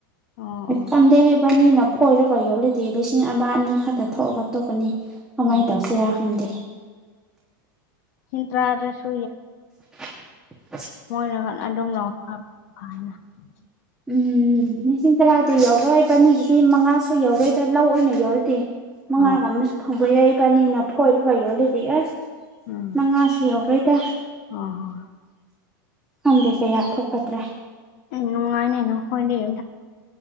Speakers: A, on the left; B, in the centre.
A: ꯑꯣ ꯑꯣ
B: ꯄꯟꯗꯦ ꯍꯩꯕꯅꯤꯅ ꯐꯣꯏꯔꯒ ꯌꯣꯟꯂꯗꯤ ꯂꯤꯁꯤꯡ ꯑꯃ ꯑꯅꯤ ꯈꯛꯇ ꯊꯣꯛꯑꯒ ꯇꯣꯛ ꯀꯅꯤ ꯑꯗꯨꯃꯥꯏ
A: ꯎꯝ
B: ꯇꯧꯁꯤꯔ ꯈꯪꯗꯦ
A: ꯂꯤꯁꯤꯡ ꯇꯔꯥꯗꯁꯨꯨ
B: <inaudible>
A: ꯃꯣꯏ <unintelligible>
B: ꯎꯝ ꯂꯤꯁꯤꯡ ꯇꯔꯥꯗꯤ ꯌꯧꯔꯣꯏ ꯏꯕꯥꯅꯤꯒꯤꯗꯤ ꯃꯉꯥ ꯁꯨ ꯌꯧꯔꯣꯏꯗ ꯂꯧ ꯑꯣꯏꯅ ꯌꯣꯟꯂꯗꯤ ꯃꯉꯥꯒꯨꯝꯕꯁꯨ
A: ꯑꯣ
B: ꯐꯪꯕ ꯌꯥꯏ ꯏꯕꯥꯅꯤꯅ ꯐꯣꯏꯔꯒ ꯌꯣꯜꯂꯗꯤ ꯑꯁ
A: ꯎꯝ
B: ꯃꯉꯥꯁꯨ ꯌꯧꯔꯣꯏꯗ
A: ꯑꯣ ꯍꯣ
B: ꯈꯪꯗꯦ ꯀꯌꯥ ꯊꯣꯛꯀꯗ꯭ꯔꯥ
A: ꯑꯦ ꯅꯨꯡꯉꯥꯏꯅꯦ ꯅꯈꯣꯏꯗꯤ <unintelligible>